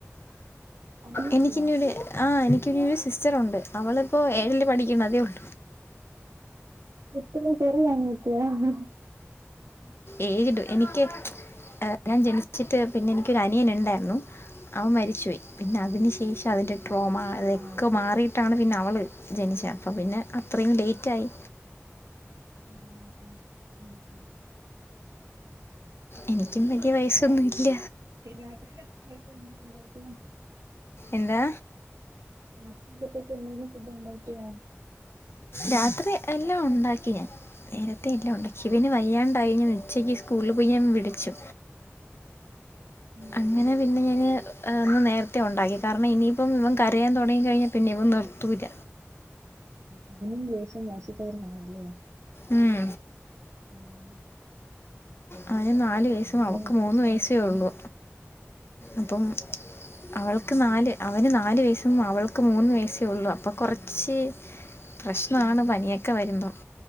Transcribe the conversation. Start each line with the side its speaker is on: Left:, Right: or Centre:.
Right: അനിയത്തിയാ
Left: എനിക്ക് ഇനിരു ആഹ് എനിക്കിനരു സിസ്റ്ററുണ്ട് അവളിപ്പോൾ ഏഴില് പഠിക്കണതേള്ളൂ.
Right: ഇത്രേയും ചെറിയാനിയത്ത്യോ.
Left: ഏഴീല് എനിക്ക് ആഹ് ഞാൻ ജനിച്ചിട്ട് പിന്നെ എനിക്കൊരു അനിയൻ ഉണ്ടായിരുന്നു അവൻ മരിച്ചുപോയി. പിന്നെ അതിന് ശേഷം അതിൻ്റെ ട്രോമ
Right: ആ
Left: അതൊക്കെ
Right: ആ ഓക്കെ
Left: മാറിയിട്ടാണ് പിന്നെ അവള് ജനിച്ചേ അപ്പോം പിന്നെ അത്രയും ലേറ്റായി.
Right: ആഹ് ആഹ് ആഹ് ശ
Left: എനിക്കും വലിയ വയസ്സൊന്നുല്ല.
Right: രാത്രിയുടെണ്ട <unintelligible>
Left: എന്താ?
Right: രാത്രിനേക്ക്ന്തേലും ഫുഡ് ഒണ്ടാക്കിനോ?
Left: രാത്രി എല്ലാം ഒണ്ടാക്കി ഞാൻ നേരത്തെ എല്ലാം ഉണ്ടാക്കിവന് വയ്യാണ്ടായിഞ്ഞു ഉച്ചക്ക് സ്കൂളിൽ പോയി ഞാൻ വിളിച്ചു
Right: ഉം
Left: അങ്ങനെ
Right: ഉം
Left: പിന്നെ ഞാന് ന്ന് നേരത്തെ ഉണ്ടാക്കി കാരണം ഇനിയിപ്പം ഇവൻ കരയാൻ തൊടങ്ങി കഴിഞ്ഞാൽ പിന്നെ ഇവം നിർത്തൂല്ല.
Right: അവനും ലേശം വാശിക്കാരനാണല്ലേ?
Left: ഉം.
Right: ഉം രണ്ട്പേരേംകൂടെ
Left: അവന് നാല് വയസ്സും
Right: മാനേജണ്
Left: അവൾക്ക്
Right: ഇച്ചരി
Left: മൂന്ന് വയസ്സേ
Right: ടാസ്ക്കാണ്.
Left: ഉള്ളൂ അപ്പം അവൾക്ക് നാല് അവന് നാല് വയസ്സും അവൾക്ക് മൂന്ന് വയസ്സേ ഉള്ളു അപ്പ കൊറച്ച് പ്രശ്നാണ്
Right: ഉം
Left: പനിയൊക്കെ വരുമ്പം-